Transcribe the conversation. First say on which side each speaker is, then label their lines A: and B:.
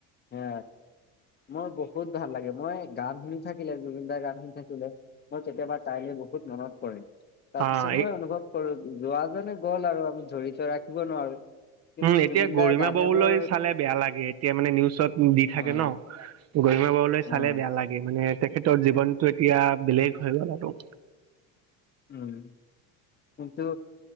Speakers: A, on the left (about 25°); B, on the right (about 40°).
A: এ মই বহুত ভাল লাগে মই গান শুনি থাকিলে জুবিনদাৰ গান শুনি থাকিলে মই কেতিয়াবা তাইলে বহুত মনত পৰে। তাৰ
B: অ
A: পিছত
B: এই
A: মই অনুভৱ কৰো যোৱা জনে গ'ল আৰু আমি ধৰিটো ৰাখিব নোৱাৰো। কিন্তু
B: উম এতিয়া
A: জুবিনদাৰ
B: গৰিমা
A: গানে
B: বৌ
A: মোৰ
B: লৈ চালে বেয়া লাগে এতিয়া মানে নিউজত দি
A: উম,
B: থাকে ন গৰিমা বৌ লৈ
A: উম,
B: চালে বেয়া লাগে মানে তেখেতৰ জীৱনটো এতিয়া বেলেগ হৈ গ'ল আৰু
A: উম কিন্তু